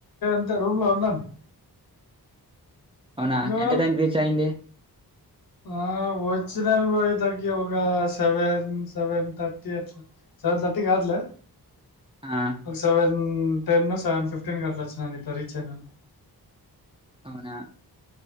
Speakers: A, on the left; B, on the right.
A: బ్రో రూమ్ లో ఉన్నాను.
B: అవునా
A: నువ్వు
B: ఎంత టైంకి రీచ్ అయింది.
A: ఆ వచ్చినాను బ్రో పోయి తగ్గి ఒక సెవెన్ సెవెన్ థర్టీ అట్ల. సెవెన్ థర్టీ కాదు లే
B: ఆ
A: ఒక సెవెన్. టెన్ సెవెన్ ఫిఫ్టీన్ క అట్లొచ్చినా నీతో రీచ్ అయినా.
B: అవునా?